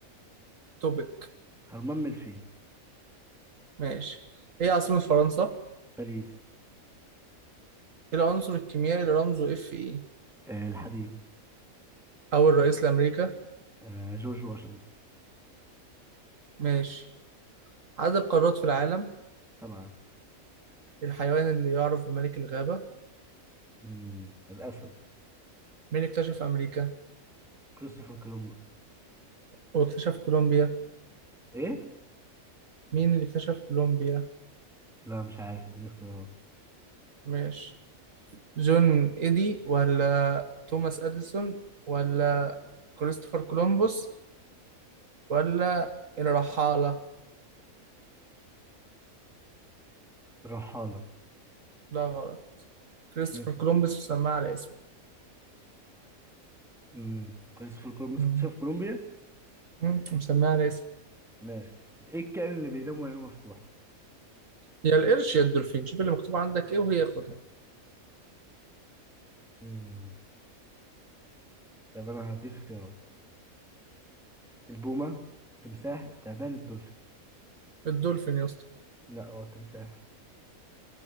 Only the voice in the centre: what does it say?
هرمان من الفيل
باريس
آه الحديد
آه جورج واشنطن
سبعة
مم. الأسد
كريستوفر كولومبوس
إيه؟
لا مش عارف اديني اختيارات
الرحالة
مين؟
مم. كريستوفر كولومبوس
اكتشف كولومبيا
ماشي إيه الكائن اللي بينام وعينه مفتوحة؟
مم. طيب أنا هديك اختيارات البومة التمساح التعبان الدولفين
لا هو التمساح